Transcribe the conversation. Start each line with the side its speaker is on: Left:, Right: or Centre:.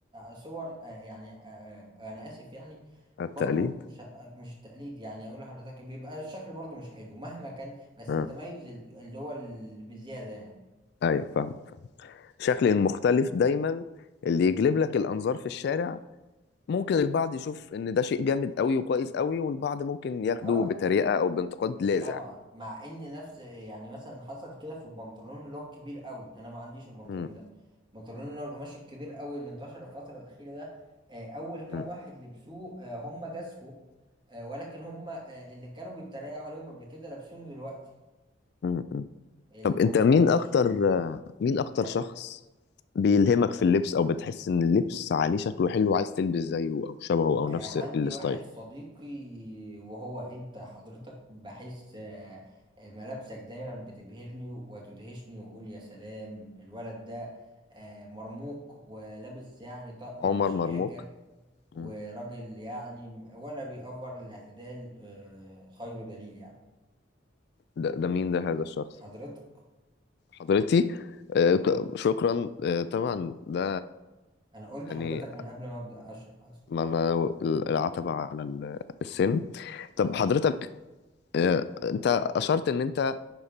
Right: صور يعني انا اسف يعني
Left: التقليد
Right: برضو مش مش التقليد يعني اقول لحضرتك بيبقى الشكل برضو مش حلو مهما كان بس
Left: اه
Right: التميز اللي هو اللي بزيادة يعني
Left: ايوه فاهم شكل المختلف دايما اللي يجلب لك الانظار في الشارع ممكن البعض يشوف ان ده شيء جامد قوي وكويس قوي والبعض ممكن ياخده
Right: اه
Left: بطريقه او بانتقاد لاذع
Right: طبعا مع ان نفس يعني مثلا حصل كده في البنطلون اللي هو الكبير قوي انا ما عنديش البنطلون
Left: مم.
Right: ده البنطلون اللي هو القماش الكبير قوي اللي انتشر الفتره الاخيره ده آه، اول كام
Left: مم.
Right: واحد لبسوه آه، هم جازفوا آه، ولكن هم آه، اللي كانوا بيتريقوا عليهم قبل كده لابسينه دلوقتي
Left: مم. مم.
Right: الموضوع
Left: طب انت مين
Right: انتشر
Left: اكتر مين اكتر
Right: اتفضل
Left: شخص بيلهمك في اللبس او بتحس ان اللبس عليه شكله حلو وعايز تلبس زيه او شبهه او
Right: آه،
Left: نفس
Right: عندي
Left: الستايل
Right: واحد صديقي وهو انت حضرتك بحس آه، آه، ملابسك دايما بتبهرني وتدهشني واقول يا سلام الولد ده آه، مرموق ولابس يعني طقم
Left: عمر
Right: شياكة
Left: مرموك
Right: وراجل
Left: مم.
Right: يعني م- ولا بيأفر الاعتدال آه، خير دليل يعني
Left: ده, ده مين ده هذا الشخص
Right: حضرتك
Left: حضرتي آه،
Right: اه
Left: ك- شكرا آه، طبعا ده
Right: انا قلت
Left: يعني
Right: حضرتك من قبل ما ابدأ اشرح اصلا
Left: ما انا العتبة على ال- السن
Right: اه
Left: طب حضرتك آه، انت اشرت ان انت